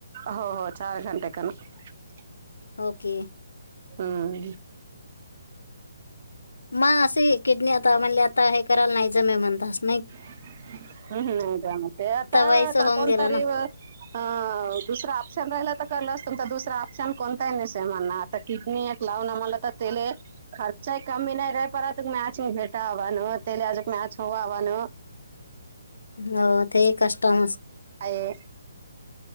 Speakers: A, on the right (about 40°); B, on the left (about 70°).
A: हो हो चार घंटे <unintelligible>
B: ओके.
A: हम्
B: म असे एकेक नेता म्हणले आता हे करायला नाही जमे मी म्हणतं असं.
A: हम्म नाही जमतये आता
B: व्हायचं होऊन
A: कोण
B: गेलं
A: तरी
B: ना
A: वं अं दुसरा ऑप्शन राहिला तर कळलं असतं, तुमचा दुसरा ऑप्शन कोणताय नसे म्हणा. तं किडनी एक लावना मला तं तेले खर्चाय कमी नाही रे, परतु मॅच भेटावनं तेला आजुक मॅच होवानं.
B: हो तेहि कष्टमच
A: आहे